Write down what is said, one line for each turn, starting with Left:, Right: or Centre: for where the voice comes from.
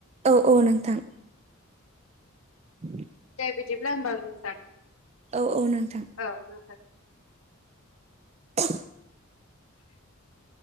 Right: औ औ नोंथां। <inaudible>
Left: दे बिदिब्ला होनबा नोंथां
Right: औ औ नोंथां।
Left: औ नोंथां
Right: <inaudible>
Left: <inaudible>